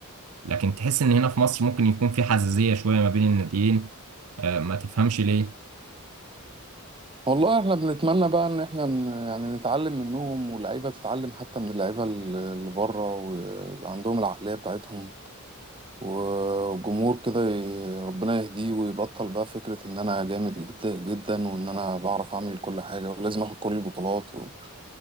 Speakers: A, on the right; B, on the right.
A: لكن تحس ان هنا في مصر ممكن يكون في حزازية شوية ما بين الناديين آه، ما تفهمش ليه
B: والله احنا بنتمنى بقى ان احنا ن- يعني نتعلم منهم واللعيبة تتعلم حتى من اللعيبة اللي اللي بره وعندهم العقلية بتاعتهم وجمهور كده ي- ربنا يهديه ويبطل بقى فكرة إن أنا جامد جدا جدا وإن أنا بعرف أعمل كل حاجة ولازم آخد كل البطولات و...